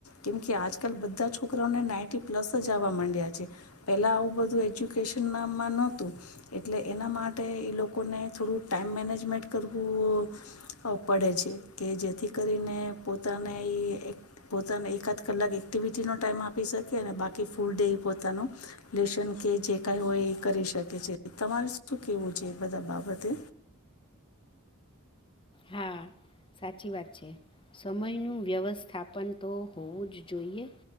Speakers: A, on the left; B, on the left.
A: કેમકે આજકાલ બધા છોકરાઓને નાઈન્ટી પ્લસ જ આવવા માંડ્યા છે પેલા આવું બધું એજ્યુકેશન નામાં નહોતું. એટલે એના માટે એ લોકોને થોડું ટાઈઇમ મેનેજમેન્ટ કરવું પડે છે કે જેથી કરીને પોતાને એ એક પોતાને એકાદ કલાક એક્ટિવિટીનો ટાઈમ આપી શકે અને બાકી ફૂલ ડે એ પોતાનું લેશન કે જે કાંઈ હોય એ કરી શકે છે. તમારે શું કેવું છે એ બધા બાબતે.
B: હા સાચી વાત છે સમયનું વ્યવસ્થાપન તો હોવું જ જોઈએ